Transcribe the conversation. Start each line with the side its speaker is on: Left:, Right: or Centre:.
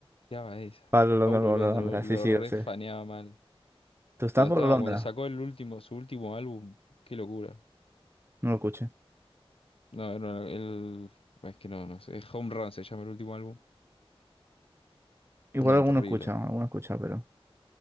Left: Fiaba esa.
Right: Pablo Londra,
Left: Paulo
Right: Pablo
Left: Londra,
Right: Londra.
Left: bol-
Right: Sí,
Left: lo
Right: sí,
Left: refaneaba
Right: lo sé.
Left: mal.
Right: ¿Tú estás
Left: Cuando
Right: Pablo
Left: estaba,
Right: Londra?
Left: cuando sacó el último, su último álbum, qué locura.
Right: No lo escuché.
Left: No, era el, es que no, no sé, Home Run se llama el último álbum.
Right: Igual
Left: No,
Right: alguno
Left: terrible.
Right: escucha, alguno escucha, pero...